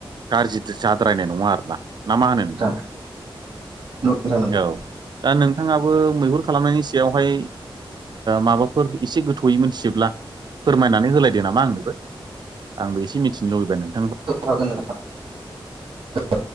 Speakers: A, on the right; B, on the right.
A: गाज्रिथ जाद्रायनाय नङा आरोना। ना मा होनो नोंथां
B: थां <inaudible> नांगौ
A: औ दा नोंथाङाबो मैहुर खालामनायनि सायावहाय माबाफोर एसे गोथौयै मिथियोब्ला फोरमायनानै होलायदो नामा आंनोबो। आंबो एसे मिथिनो लुबैबाय मोन
B: औ हागोन <inaudible> <unintelligible> <inaudible>